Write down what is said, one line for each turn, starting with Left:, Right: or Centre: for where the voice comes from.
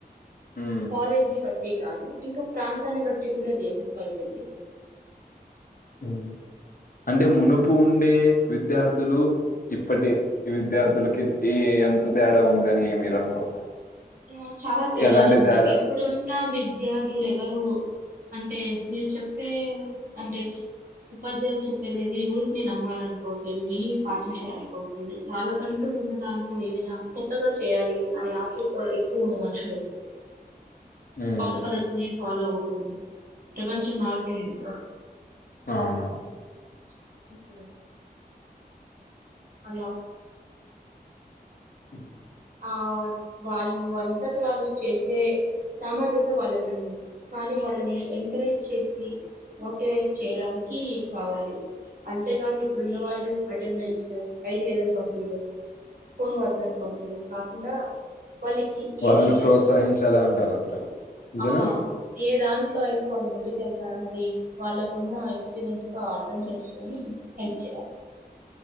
Left: ఉమ్
Right: కాలేజి బట్ కే కాదు ఇంకా ప్రాంతాన్ని బట్టి కూడా అది ఎఫెక్ట్ అయితది
Left: హ్మ్ అంటే మునుపు ఉండే విద్యార్థులు ఇప్పటి విద్యార్థులకి ఈ ఎంత తేడా ఉందని మీరు అనుకుంటున్నారు
Right: ఆ చాలా తేడానే
Left: ఎలాంటి
Right: ఉంది
Left: తేడా
Right: ఇప్పుడున్న విద్యార్థులు ఎవరు అంటే మీరు చెప్పే అంటే ఉపాధ్యాయులు చెప్పేది ఏది ఊరికినె నమ్మాలనుకోవట్లేదు విని పాటించాలనుకోవట్లేదు వాళ్ళకంటూ ఉన్న దాంతో ఏవైనా కొత్తగా చేయాలి అనే ఆత్రు ఎక్కువ ఉన్న మనుషలం
Left: ఉమ్
Right: పాత పద్ధతిని ఫాలో అవకుండ ప్రపంచం మారిపోయింది గా
Left: అవునవును
Right: <inaudible> అలా
Left: హ్మ్
Right: ఆ వాళ్ళు అంతటి వాళ్ళు చేసే సామర్థ్యత వాళ్ళకుంది కానీ వాళ్ళని ఎంకరేజ్ చేసి మోటివేట్ చేయడానికి కావాలి అంతేకాని ఇప్పుడున్న వాళ్ళు అటెండెన్స్ ఐడి లేదని పంపీడం ఫోన్ వాడుతున్నారని పంపి చేడం కాకుండా వాళ్ళకి ఏది
Left: వాళ్ళని
Right: ఇంట్రెస్ట్
Left: ప్రోత్సహించాలి అంటారు అంటారు అంతేనా
Right: ఆ ఏ దాంట్లో అయి వాళ్ళు ముందుకెళ్తారన్నది వాళ్ళకున్న ఎక్స్పీరియన్స్ తో అర్థం చేసుకొని హెల్ప్ చేయాలి